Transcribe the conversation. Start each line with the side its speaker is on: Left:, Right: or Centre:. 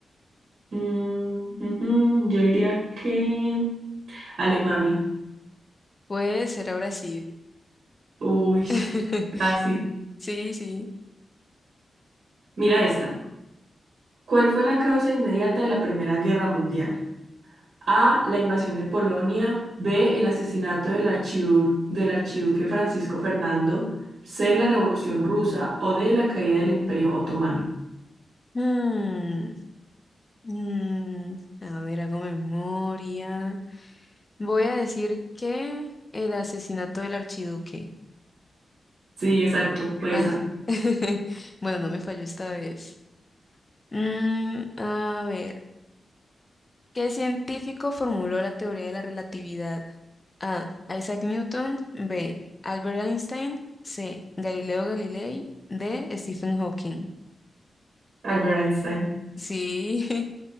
Right: Mm, ujú, Yo diría que Alemania.
Left: Pues será Brasil.
Right: Uy,
Left: <laughs>
Right: casi.
Left: Sí, sí.
Right: Mira esta. ¿Cuál fue la causa inmediata de la Primera Guerra Mundial? A. La invasión de Polonia. B. El asesinato del archidu- del archiduque Francisco Fernando. C. La Revolución Rusa. O D. La caída del Imperio Otomano.
Left: Mm, mm, a ver, hago memoria. Voy a decir que el asesinato del archiduque.
Right: Sí, exacto. Fue
Left: Ah,
Right: esa.
Left: <laughs> bueno, no me falló esta vez. Mm, a ver, ¿qué científico formuló la teoría de la relatividad? A. Isaac Newton. B. Albert Einstein. C. Galileo Galilei. D. Stephen Hawking.
Right: Albert Einstein.
Left: Sí.